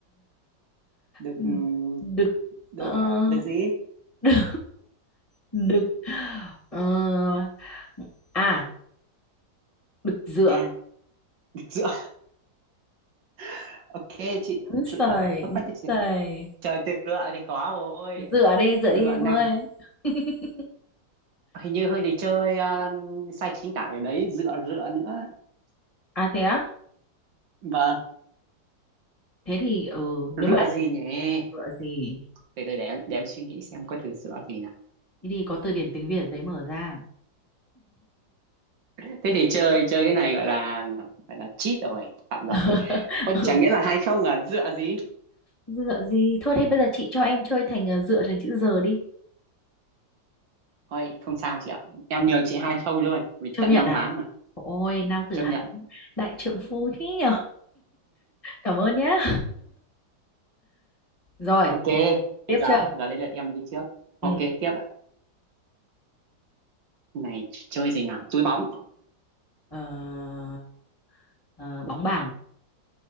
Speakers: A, on the right; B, on the left.
A: được
B: Đ-
A: ừm,
B: đực
A: đốt
B: ờ,
A: được gì
B: đực đực ờ, à đực dựa
A: à được rửa <laughs> ok chị
B: Úi
A: rửa
B: giời,
A: Ơ,
B: úi
A: khoan chị
B: giời.
A: trời từ rửa thì khó rồi
B: dựa đi dựa
A: rửa
B: đi em
A: nặng
B: ơi <laughs>
A: hình như hơi đi chơi ờ, sai chính tả ở đấy rửa rửa nữa
B: à thế á
A: vâng
B: thế thì ừ nếu
A: rửa
B: mà em
A: gì nhỉ
B: dựa gì
A: từ từ để em để em suy nghĩ xem có từ rửa gì nào
B: Đi đi, có từ điển tiếng Việt ở đấy mở ra.
A: thế thì chơi chơi cái này gọi là gọi là cheat rồi phạm luật
B: <laughs>
A: Ôi,
B: Ừ,
A: chẳng nghĩa là hai không à dựa gì
B: dựa gì thôi thế bây giờ chị cho em chơi thành ờ, dựa thành chữ giờ đi
A: thôi không sao chị ạ em nhường chị hai không luôn vì
B: Chấp
A: tận
B: nhận
A: năm
B: à?
A: ván mà
B: Ôi, nam tử
A: chấp
B: Hán.
A: nhận
B: đại trượng phu thế nhở cảm ơn nhá Rồi,
A: ok
B: tiếp
A: bây giờ
B: chưa?
A: giờ đây là em đi trước ok
B: Ừ.
A: tiếp ạ này ch- chơi gì nào túi bóng
B: Ờ, ờ, bóng bàn.